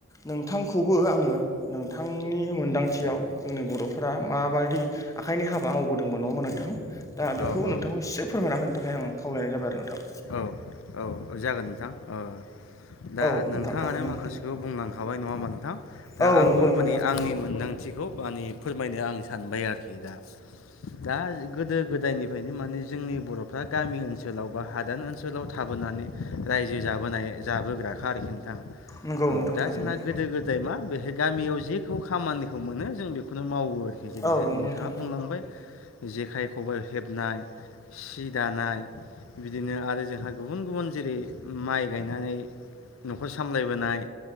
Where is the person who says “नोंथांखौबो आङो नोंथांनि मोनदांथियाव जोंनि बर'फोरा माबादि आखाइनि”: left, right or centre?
Left